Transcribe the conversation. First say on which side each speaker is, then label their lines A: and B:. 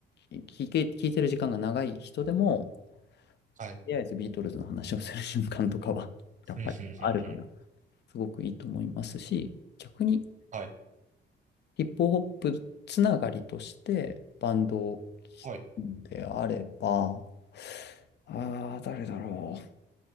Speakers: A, on the left (about 60°); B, on the right (about 40°).
A: あ、聞いて、聞いてる時間が長い人でも、
B: はい。
A: とりあえずビートルズの話をする瞬間とかは、やっぱりあるから、
B: うん、うん、うん、うん。
A: すごくいいと思いますし、逆に
B: はい。
A: ヒップホップつながりとしてバンドを聴
B: はい
A: くであれば、ああ、誰だろう。